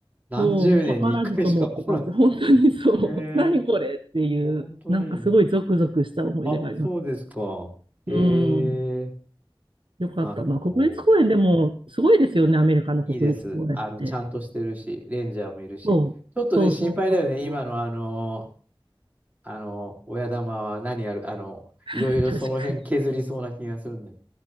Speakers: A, on the right; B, on the right.
A: 何十年に一回しか来ない。
B: そう、もう図らずともって感じ。<laughs> 本当にそう。
A: へえ、
B: 何これっていう、
A: 本当に。
B: なんかすごいゾクゾクした思い出があります。
A: あ、そうですか。へえ、
B: うん。よかったな。
A: なるほど。
B: 国立公園でもすごいですよね。アメリカの国立公園って。
A: いいです。あの、ちゃんとしてるし、レンジャーもいるし。
B: そう。
A: ちょっとね、
B: そうそうそうそう。
A: 心配だよね。今のあのあの、親玉は何やる、あの、
B: <laughs>
A: いろいろその辺削りそうな気がするんだけ
B: 確かに。